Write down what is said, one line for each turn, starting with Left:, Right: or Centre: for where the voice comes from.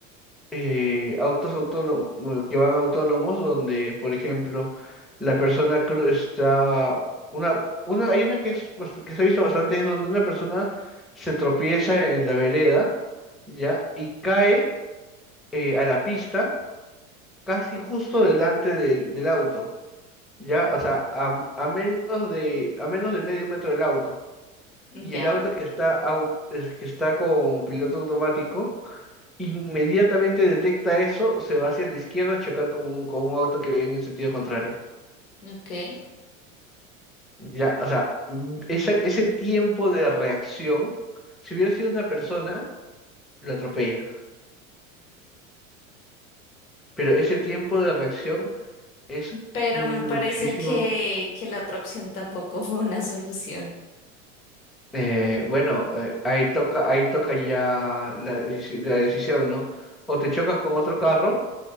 Centre: eh, autos autónomos bueno, que van autónomos, donde, por ejemplo, la persona cru- está una, una, hay una que es bast- que se ha visto bastante, es donde una persona se tropieza en la vereda, ¿ya? Y cae eh, a la pista casi justo delante del, del auto, ¿ya? O sea, a, a menos de, a menos de medio metro del auto.
Left: Ya,
Centre: Y el auto que está, au- es que está con piloto automático, inmediatamente detecta eso, se va hacia la izquierda a chocar con un, con un auto que viene en sentido contrario.
Left: ok.
Centre: Ya, o sea, mm, esa- ese tiempo de reacción, si hubiera sido una persona, lo atropella. Pero ese tiempo de reacción es
Left: Pero
Centre: muchísimo.
Left: me parece que, que la otra opción tampoco fue una solución.
Centre: Eh, bueno, eh, ahí toca, ahí toca ya la, deci- la decisión, ¿no? O te chocas con otro carro